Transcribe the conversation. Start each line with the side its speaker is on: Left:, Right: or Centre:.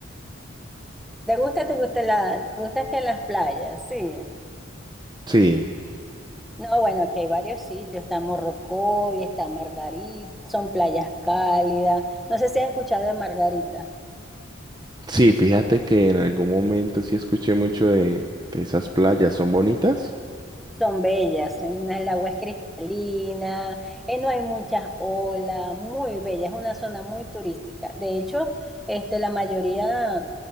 Centre: ¿Te gusta, te gusta la, te gusta que las playas? Sí.
Right: Sí,
Centre: No, bueno, aquí hay varios sitios, está Morrocoy, está Margarita, son playas cálidas. No sé si has escuchado de Margarita.
Right: sí, fíjate que en algún momento sí escuché mucho de, de esas playas, ¿son bonitas?
Centre: son bellas, en una- el agua es cristalina, eh, no hay muchas olas, muy bella, es una zona muy turística. De hecho, este, la mayoría